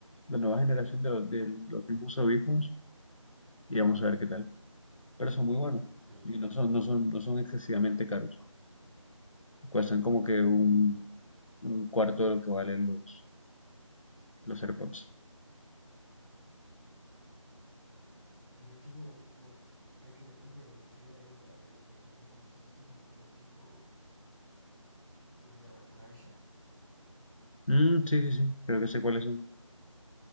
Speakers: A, on the left; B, on the right.
A: la nueva generación de los, de los mismos audífonos y vamos a ver qué tal. Pero son muy
B: <laughs>
A: buenos
B: Ok.
A: y no son, no son, no son excesivamente caros. Cuestan como que un, un cuarto de lo que valen los, los AirPods.
B: Mira que no, no, me quería comprar los de Diadema, eh, no sé si has visto los que son como tipo, ¿qué se llama? Marshall.
A: Mm, sí, sí, sí, creo que sé cuáles son.